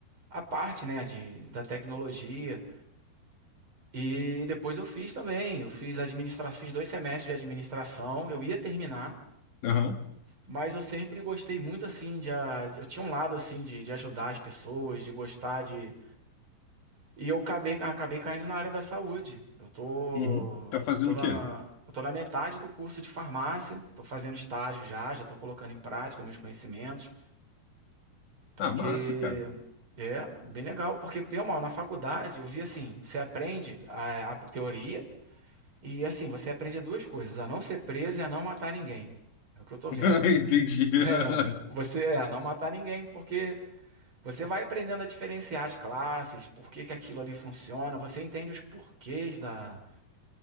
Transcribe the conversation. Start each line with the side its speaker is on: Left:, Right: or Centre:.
Right: a parte, né? De, da tecnologia. E depois eu fiz também. Eu fiz administração, fiz dois semestres de administração. Eu ia terminar,
Left: aham,
Right: mas eu sempre gostei muito assim de a- eu tinha um lado assim de, de ajudar as pessoas, de gostar de e eu acabei acabei caindo na área da saúde. Eu tô
Left: uhum. Tá fazendo
Right: tô na
Left: o quê?
Right: eu tô na metade do curso de farmácia. Tô fazendo estágio já, já tô colocando em prática meus conhecimentos, porque
Left: Ah, massa, cara.
Right: é bem legal, porque bem ou mal na faculdade eu vi assim, você aprende a a teoria E assim, você aprende duas coisas: a não ser preso e a não matar ninguém. É o que eu tô
Left: <laughs>
Right: vendo.
Left: Entendi. <laughs>
Right: É, você é a não matar ninguém, porque você vai aprendendo a diferenciar as classes, por que que aquilo ali funciona, você entende os porquês da,